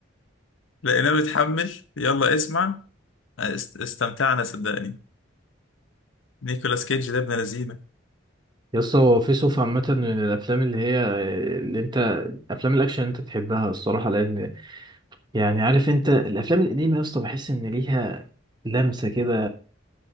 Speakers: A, on the left; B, on the right.
A: لقيناه متحمل يلا اسمع آه، است- استمتعنا صدقني نيكولاس كيج ده ابن لذينه
B: يا اسطى هو في سوف عامة من الافلام اللي هي اللي انت افلام الاكشن اللي انت تحبها الصراحة لان يعني عارف انت الافلام القديمة يا اسطى بحس ان ليها لمسة كده